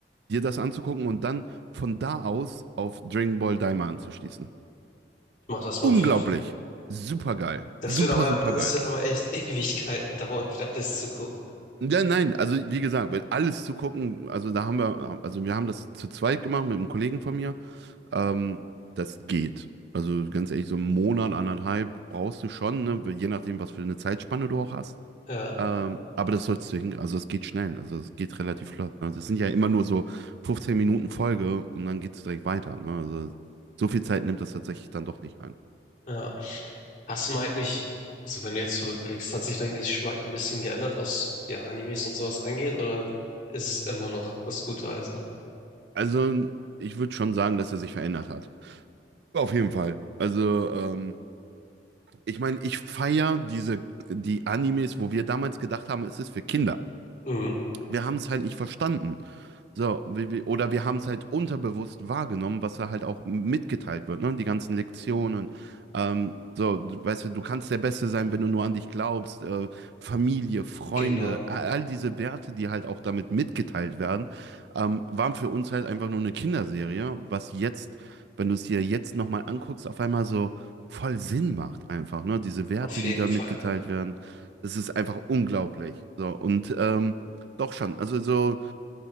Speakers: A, on the right; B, on the left.
A: dir das anzugucken und dann von da aus auf Dragon Ball Daima anzuschließen.
B: Ich mach das mal
A: Unglaublich.
B: auf jeden Fall.
A: Super geil.
B: Das
A: Super,
B: wird aber,
A: super
B: das
A: geil.
B: wird aber echt <laughs> Ewigkeiten dauern, wieder alles zu gucken.
A: Ja, nein, also wie gesagt, weil alles zu gucken, also da haben wir, also wir haben das zu zweit gemacht mit einem Kollegen von mir. Ähm, das geht. Also ganz ehrlich, so einen Monat, anderthalb brauchst du schon, ne? Je nachdem, was für eine Zeitspanne du auch hast.
B: Ja,
A: Ähm, aber das sollst du hin, also es geht schnell, also es geht relativ flott. Ne? Das sind ja immer nur so 15 Minuten Folge und dann geht es direkt weiter. Ne? Also so viel Zeit nimmt das tatsächlich dann doch nicht ein.
B: ja. Hast du mal eigentlich, so wenn du jetzt zurückblickst, hat sich dein Geschmack ein bisschen geändert, was ja Animes und sowas angeht, oder ist es immer noch das gute Alte?
A: Also ich würde schon sagen, dass er sich verändert hat. Auf jeden Fall. Also ähm, ich meine, ich feiere diese die Animes, wo wir damals gedacht haben, es ist für Kinder.
B: Mhm,
A: Wir haben es halt nicht verstanden. So, wir, wir- oder wir haben es halt unterbewusst wahrgenommen, was da halt auch mitgeteilt wird, ne? Die ganzen Lektionen. Ähm, so, du- weißt du, du kannst der Beste sein, wenn du nur an dich glaubst. Äh, Familie, Freunde,
B: genau,
A: all, all diese Werte, die halt auch damit mitgeteilt werden, ähm, waren für uns halt einfach nur eine Kinderserie, was jetzt, wenn du es dir jetzt nochmal anguckst, auf einmal so voll Sinn macht einfach, ne? Diese Werte,
B: auf jeden
A: die da
B: Fall.
A: mitgeteilt werden, das ist einfach unglaublich. So, und ähm, doch schon, also so.